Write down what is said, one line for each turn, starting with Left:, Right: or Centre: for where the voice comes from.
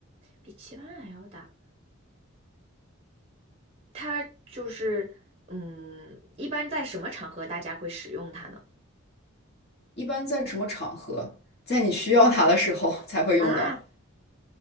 Right: 比棋盘还要大。它就是，嗯，一般在什么场合大家会使用它呢？
Left: 一般在什么场合，在你需要它的时候 <laughs> 才会用到。
Right: 啊，